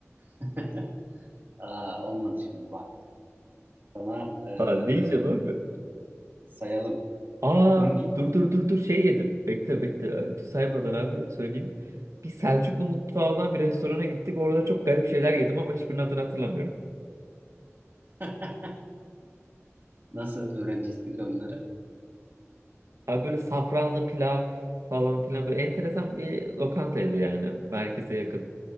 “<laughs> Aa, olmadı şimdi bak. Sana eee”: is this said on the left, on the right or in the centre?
Right